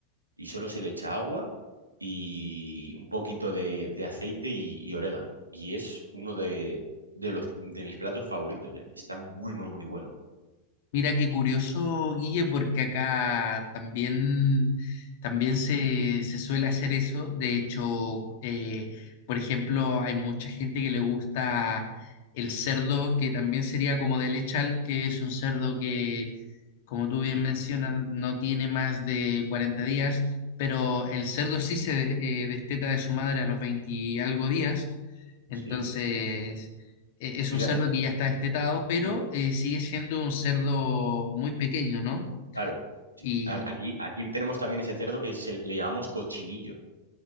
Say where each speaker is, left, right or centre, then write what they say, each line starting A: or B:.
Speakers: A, on the right (about 80°); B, on the left (about 50°).
A: y solo se le echa agua y un poquito de, de aceite y, y, orégano. Y es uno de, de, los, de mis platos favoritos, ¿eh? Está muy, muy, muy bueno.
B: Mira qué curioso, Guille, porque acá también, también se, se suele hacer eso. De hecho, eh, por ejemplo, hay mucha gente que le gusta el cerdo, que también sería como de lechal, que es un cerdo que, como tú bien
A: ¿Mm?
B: mencionas, no tiene más de 40 días, pero el cerdo sí se de- eh, desteta de su madre a los 20 y algo días, entonces
A: Sí,
B: eh, es
A: fíjate,
B: un cerdo
A: eh,
B: que ya está destetado, pero
A: mm,
B: eh, sigue siendo un cerdo muy pequeño, ¿no?
A: claro. sí,
B: Y
A: a- Aquí, aquí tenemos también ese cerdo que se- le llamamos cochinillo.